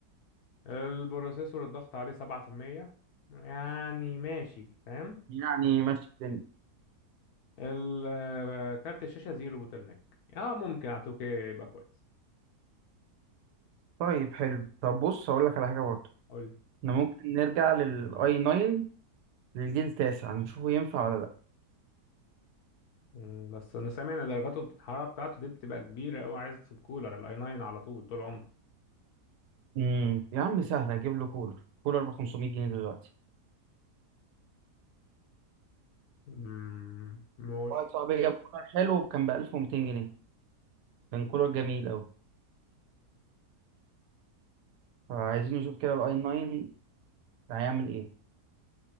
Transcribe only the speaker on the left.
البروسيسور الضغط عليه سبعة في المية يعني ماشي فاهم
ال- آه، كارت الشاشة زيرو بوتل نيك اه ممكن على التوكي يبقى كويس
قول لي
مم، بس انا سامع ان درجاته الحرارة بتاعته دي بتبقى كبيرة اوي عايز تسيب كولر الاي 9 على طول طول عمره
مم، ماشي